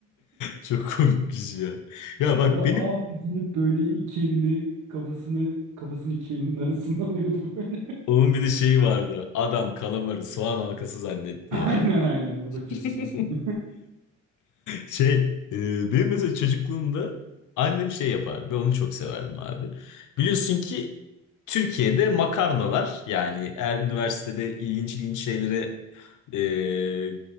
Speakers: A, on the left; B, on the right.
A: Çok komik bir şey ya. Ya bak
B: O da
A: benim
B: abi deyip böyle iki elini kafasını kafasını iki elinin arasına alıyordu böyle. <laughs>
A: onun bir de şeyi vardı. Adam kalamarı soğan halkası zannetti
B: Aynen
A: ya.
B: aynen o da çok
A: <laughs>
B: iyi. <laughs>
A: Şey, e, benim mesela çocukluğumda annem şey yapardı. Ben onu çok severdim abi. Biliyorsun ki Türkiye'de makarnalar yani eğer üniversitede ilginç ilginç şeylere e,